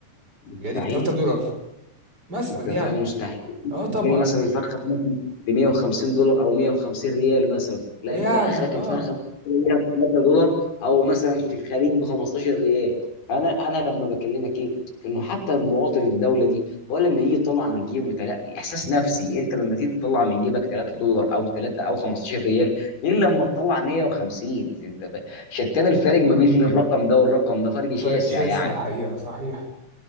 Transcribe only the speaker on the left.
مستحيل
انت
فاهم مستحيل
تلاقي مثلا الفرخه ب 150 دولار او 150 ريال مثلا لا
انت اخرك
الفرخه ممكن تلاقيها ب 3 دولار او مثلا في الخليج ب 15 ريال فانا انا لما بكلمك ايه في انه حتى المواطن الدوله دي هو لما يجي يطلع من جيبه تلاقي احساس نفسي انت لما تيجي تطلع من جيبك 3 دولار او 3 او 15 ريال غير لما تطلع 150 انت ف- شتان الفارق ما بين الرقم ده والرقم ده فرق شاسع
يعني